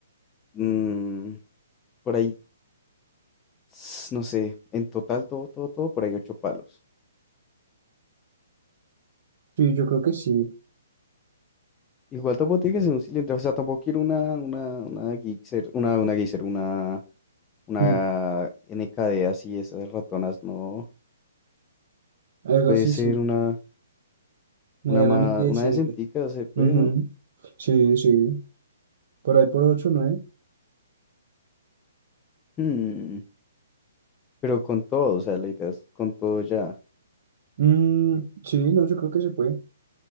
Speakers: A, on the left; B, on the right.
A: mm, por ahí s- no sé, en total todo, todo, todo, por ahí ocho palos.
B: Sí, yo creo que sí.
A: Igual tampoco tiene que ser un cilindro, o sea, tampoco quiero una, una, una Gixxer, una, una Gixxer, una, una
B: Mm,
A: NKD así, esas ratonas, no.
B: algo
A: Puede
B: así,
A: ser
B: sí.
A: una,
B: Medianamente
A: una más,
B: decente.
A: una decentica, se puede,
B: Ujú.
A: ¿no?
B: Sí, sí. Por ahí por ocho nueve
A: Hmm, Pero con todo, o sea, la idea es con todo ya.
B: Mm, sí, no, yo creo que se puede.